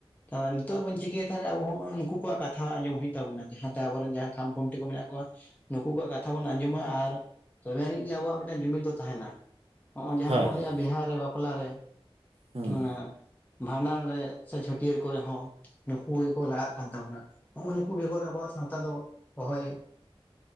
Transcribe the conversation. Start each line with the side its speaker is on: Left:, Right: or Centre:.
Left: ᱛᱟᱞᱟ‌ ᱱᱤᱛᱚᱜ ᱵᱚᱱ ᱪᱤᱠᱟᱹᱭᱟ ᱛᱷᱟᱞᱮ ᱟᱵᱚ ᱦᱚᱸ ᱱᱩᱠᱩ ᱠᱚᱣᱟᱜ ᱠᱟᱛᱷᱟ ᱟᱸᱡᱚᱢ ᱦᱩᱭᱩᱜ ᱛᱟᱵᱚᱱᱟ ᱡᱟᱦᱟᱸ ᱛᱮ ᱟᱵᱚ ᱨᱮᱱ ᱡᱟᱦᱟᱸᱭ ᱠᱷᱟᱢ ᱠᱷᱩᱱᱴᱤ ᱠᱚ ᱢᱮᱱᱟᱜ ᱠᱚᱣᱟ᱾ ᱱᱩᱠᱩ ᱠᱚᱣᱟᱜ ᱠᱟᱛᱷᱟ ᱵᱚᱱ ᱟᱸᱡᱚᱢᱟ ᱟᱨ ᱛᱚᱵᱮ ᱟᱹᱱᱤᱡ ᱜᱮ ᱟᱵᱚᱣᱟᱜ ᱢᱤᱫᱴᱟᱝ ᱡᱩᱢᱤᱫ ᱫᱚᱼᱼ ᱛᱟᱦᱮᱱᱟ ᱦᱚᱸᱜ-ᱚᱭ ᱡᱟᱦᱟᱸ
Right: ᱦᱳᱭ
Left: ᱵᱚ ᱞᱟᱹᱭᱮᱜ-ᱟ
Right: ᱦᱳᱭ
Left: ᱵᱤᱦᱟ ᱨᱮ ᱵᱟᱯᱞᱟ ᱨᱮ,
Right: ᱦᱩᱸ
Left: ᱩᱱᱟ᱾ ᱵᱷᱟᱸᱰᱟᱱ ᱨᱮ ᱥᱮ ᱪᱷᱟᱹᱴᱭᱟᱹᱨ ᱠᱚᱨᱮ ᱦᱚᱸᱼᱼ ᱱᱩᱠᱩ ᱜᱮᱠᱚ ᱞᱟᱦᱟᱜ ᱠᱟᱱ ᱛᱟᱵᱚᱱᱟ ᱚᱱᱩᱠᱩ ᱵᱮᱜᱚᱨ ᱨᱮ ᱟᱵᱚᱣᱟᱜ ᱥᱟᱶᱛᱟ ᱫᱚ ᱚᱦᱚᱭᱼᱼ